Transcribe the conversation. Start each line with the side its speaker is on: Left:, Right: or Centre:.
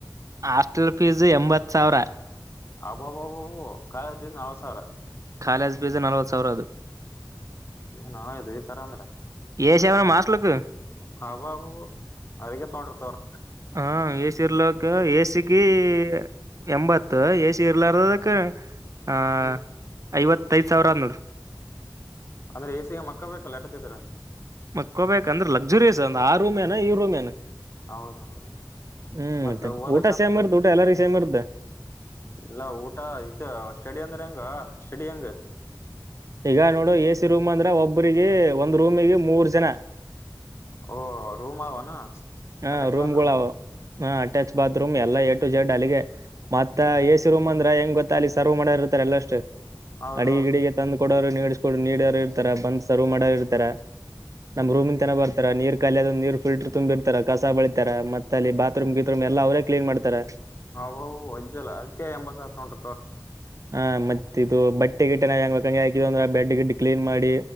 Right: ಹಾಸ್ಟೆಲ್ ಫೀಸ್ ಎಂಬತ್ತ ಸಾವಿರ. <unintelligible>
Left: ಅಬ್ಬಅಬ್ಬವ್ ಕಾಲೇಜ್ ಫೀಸ್ ನಲ್ವತ್ತ ಸಾವಿರ. <unintelligible>
Right: ಕಾಲೇಜ ಫೀಸ್ ನಲವತ್ತ ಸಾವಿರ ಅದು. <unintelligible>
Left: ಏನೋ ಇದ ಇತರ ಅಂದ್ರ. <unintelligible>
Right: ಎಸಿ ಅವ ನಮ್ ಹಾಸ್ಟೆಲ್ಕ್
Left: ಅಬ್ಬಅಬ್ಬವ್ ಅದಕ್ಕೆ ತೋಗೋನಂಡಿರ ತೊಗರ. <unintelligible>
Right: ಹ ಎಸಿ ಇರ್ಲಕ್ಕ ಎಸಿಗೆ. <unintelligible> ಎಂಬತ್ತ ಎ ಸಿ ಇರ್ಲಾರದಕ್ಕ ಆ
Left: ಹ್ಮ್
Right: ಐವತ್ತೈದ ಸಾವಿರ ಅನ್ನದರು. <unintelligible>
Left: ಅಂದ್ರೆ ಎ ಸಿಗ ಮಕ್ಕಬೇಕಲ್ಲ ಎಟೋತ್ತಿದರೂ. <unintelligible>
Right: ಮಲಕ್ಕೊಬೇಕಂದ್ರ ಲಗ್ಸುರಿಯಸ್ ಅಂದ ಆ ರೂಮ್ ಏನ್ ಈ ರೂಮ್ ಏನ್.
Left: ಹೌದೌದು
Right: <unintelligible> ಹೂ
Left: ಮತ್ತ
Right: ಮತ್ತೆ
Left: ಓದಕಂತ
Right: ಊಟ ಸೇಮ ಇರುತ್ತ ಊಟ ಎಲ್ಲಾರಿಗೂ ಸೇಮ ಇರುತ್ತೆ. <unintelligible>
Left: ಇಲ್ಲ ಊಟ ಇತ ಸ್ಟೆಡಿ ಅಂದ್ರೆ ಹೆಂಗ ಸ್ಟೆಡಿ ಹೆಂಗ. <unintelligible>
Right: ಈಗ ನೋಡು ಎ ಸಿ ರೂಮ್ ಅಂದ್ರ ಒಬ್ಬರಿಗೆ ಒಂದ್ ರೂಮಿಗೆ ಮೂರ್ ಜನ. <unintelligible>
Left: ಓ ರೂಮ ಅವನ. <unintelligible>
Right: ಹ ರೂಮ್
Left: ಬಾತ್ರೂಮ್
Right: ಗಳ ಅವ ಹ ಅಟ್ಯಾಚ್ ಬಾತ್ರೂಮ್ ಎಲ್ಲ ಏಟು ಝೆಡ್ ಅಲ್ಲಿಗೆ ಮತ್ತ
Left: hmm
Right: A C <unintelligible> A C room ಅಂದ್ರ ಹೆಂಗ್ ಗೊತ್ತ ಅಲ್ಲಿ ಸರ್ವ್ ಮಾಡೋರ್ ಇರ್ತಾರ ಎಲ್ಲ ಸ್ಟೈಲ್
Left: ಹೌದೌದು
Right: ಅಡಿಗೆ ಗಿಡಿಗಿ <unintelligible> ತಂದ್ ಕೊಡೋರು ನೀಸ್ಕೊಂಡ ನೀಡೋರು ಇರ್ತಾರ ಬಂದ್ ಸರ್ವ್ ಮಾಡೋರ ಇರ್ತಾರ. <unintelligible> ನಮ್ಮ ರೂಮಿನ ತನಾ ಬರ್ತರ ನೀರ ಖಾಲಿ ಆದರ ನೀರ ರ್ಫಿಲ್ಟರ್ ತುಂಬಿ <unintelligible> ಕಸ ಬಳಿತಾರಮತ್ತ ಅಲ್ಲಿ ಬಾತ್ತ್ರೂಮ್ ಗಿತ್ರೂಮ್ ಎಲ್ಲ ಅವರೇ ಕ್ಲೀನ್ ಮಾಡ್ತಾರ.
Left: ಅಬ್ಬಾ ಬವಜ್ಜಲ ಅದ್ಕೆ ಎಂಬತ್ ಸಾವಿರ ತೋಗಂಡಾರ ತಗೋ.
Right: ಹಾ ಮತ್ತೆ ಇದು ಬಟ್ಟೆ ಗಿಟ್ಟೇಗೇ ನಾವು ಹೆಂಗ ಕೈ ಹಾಕಿವ್ವ್ ಅಂದ್ರೇ ಬೆಡ್ ಗಿಡ್. ಕ್ಲೀನ್ ಮಾಡಿ